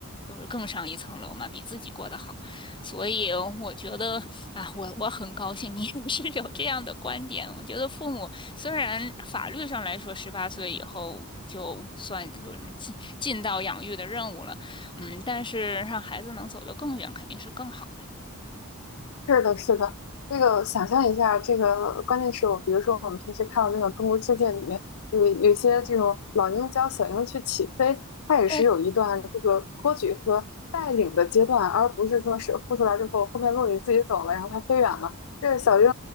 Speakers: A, on the left (about 20°); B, on the left (about 70°).
A: 就是更上一层楼嘛，比自己过得好。所以我觉得啊，我我很高兴你也是有这样的观点。我觉得父母虽然法律上来说，十八岁以后就算就是尽尽到养育的任务了，嗯，但是让孩子能走得更远，肯定是更好嘛。
B: 是的，是的，这个想象一下，这个关键是我，比如说我们平时看到那个《中国世界》里面，有有些这种老鹰教小鹰去起飞，它也是有一段这个托举和带领的阶段，
A: 对，
B: 而不是说是孵出来之后，后面落你自己走了，然后它飞远了，这个小鹰